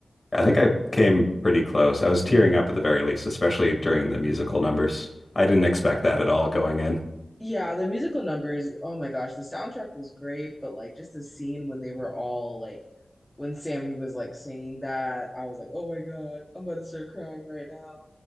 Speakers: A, on the left; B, in the centre.
A: I think I came pretty close. I was tearing up at the very least, especially during the musical numbers. I didn't expect that at all going in.
B: Yeah, the musical numbers, oh my gosh, the soundtrack was great, but like just the scene when they were all like when Sammy was like singing that, I was like, "Oh my God, I'm about to start crying right now."